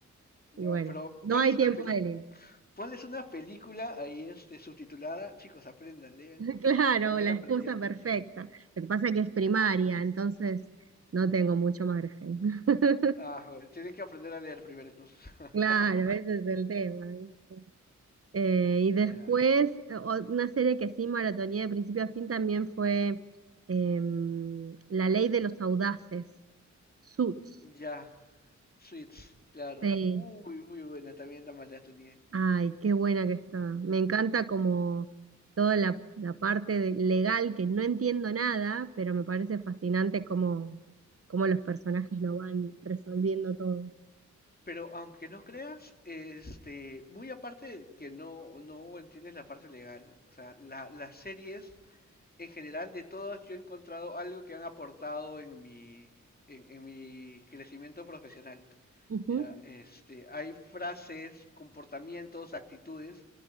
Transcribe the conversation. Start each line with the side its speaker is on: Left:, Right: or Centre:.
Right: y
Left: Wow,
Right: bueno,
Left: pero
Right: no
Left: ponles
Right: hay
Left: una
Right: tiempo
Left: peli,
Right: de leer.
Left: ponles una película ahí este subtitulada, chicos, aprendan, lean,
Right: Claro,
Left: van a
Right: la
Left: ir aprendiendo,
Right: excusa perfecta.
Left: claro.
Right: Lo que pasa es que es primaria, entonces no tengo mucho margen. <laughs>
Left: Ah, bueno, tienen que aprender a leer primero entonces. <laughs>
Right: Claro, ese es el tema, ¿viste? Eh, y después,
Left: Ya,
Right: eh, o- una serie que sí maratoneé de principio a fin también fue em, La Ley de los Audaces, Suits.
Left: ya, Suits, claro.
Right: sí.
Left: Uy, muy buena también la maratoné.
Right: Ay, qué buena que está. Me encanta como toda la, la parte de- legal que no entiendo nada, pero me parece fascinante cómo, cómo los personajes lo van resolviendo todo.
Left: Pero aunque no creas, este, muy aparte de que no, no entiendes la parte legal, o sea, la- las series en general de todas yo he encontrado algo que han aportado en mi, en, en mi crecimiento profesional.
Right: Ujú.
Left: Ya, este, hay frases, comportamientos, actitudes